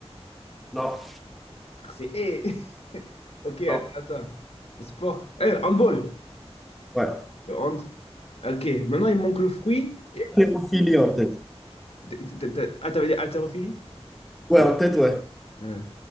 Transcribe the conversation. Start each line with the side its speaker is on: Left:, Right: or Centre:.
Centre: Non,
Left: C'est haies. <laughs> Ok, attends,
Centre: non.
Left: attends. Le Sport. Eh, handball.
Centre: Ouais.
Left: Le hand. Ok, maintenant il manque le fruit. Et-
Centre: Ophélie en tête.
Left: t- t- t- Ah, t'avais dit haltérophilie?
Centre: Ouais,
Left: Ouais.
Centre: en tête, ouais.
Left: ouais.